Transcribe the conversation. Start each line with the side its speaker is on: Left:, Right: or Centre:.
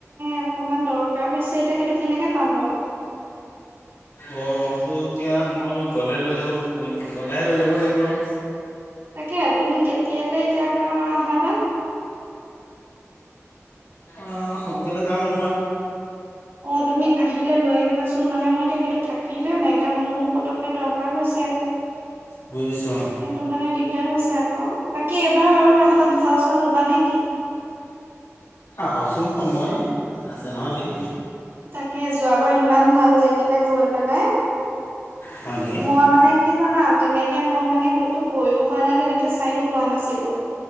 Right: অকণমান দৰকাৰ হৈছে এতিয়া সেইটো কেনেকৈ পাম বাৰু?
Left: অ', এটো এতিয়া মই গলে লৈ যাব, গলেহে লৈ যাব লাগিব আৰু।
Right: তাকে তুমি কেতিয়ালৈ এতিয়া কা আহাবা?
Left: অ', সোনকালে যাম ৰ'বা।
Right: অ', তুমি আহিলে লৈ আহিবাচোন মানে মই এতিয়া সেইটো থাকিলে নাই এতিয়া মোৰো পতককে দৰকাৰ হৈছে। <inaudible>
Left: বুজিছো অ'।
Right: সেইটো কাৰণে দিগদাৰ হৈছে আকৌ। বাকী এইবাৰ আৰু ৰাসত ভাও চাও ল'বা নে কি?
Left: আহকচোন সময়, আছে নহয় এদিন।
Right: তাকে যোৱাবাৰ ইমান ভাল লাগিলে গৈ পেলাই।
Left: হয় নেকি?
Right: মই মানে কি জানা, তেনেকে মই মানে ক'তো গৈইও পোৱা নাই, তেনেকে চাইও পোৱা নাছিলো।